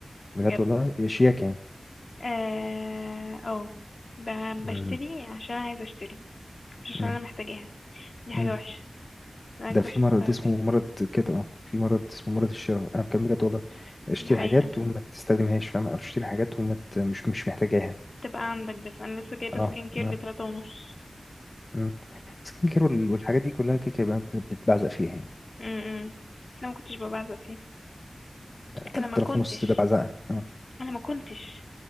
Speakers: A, on the left; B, on the left.
A: بجد
B: بجد
A: والله يا شياكة يعني
B: اه أو ب-
A: مم.
B: بشتري عشان عايزة اشتري مش عشان
A: مم.
B: انا محتاجاها دي حاجة
A: مم.
B: وحشة انا
A: ده
B: اكتشفتها
A: في مرض اسمه
B: فين
A: مرض كده اه في مرض اسمه مرض الشراء انا بكلم بجد والله اشتري
B: دي حقيقة
A: حاجات وما تستخدمهاش فاهم او تشتري حاجات وما ت- مش مش محتاجاها
B: تبقى عندك بس انا لسه جايبة
A: اه
B: سكين كير
A: اه
B: بتلاتة ونص
A: امم سكين كير وال- والحاجات دي كلها كده كده بقى بت- بتبعزق فيها يعني
B: امم انا ما كنتش ببعزق فيه
A: 3000
B: انا ما كنتش
A: ونص ده بعزقه اه
B: انا ما كنتش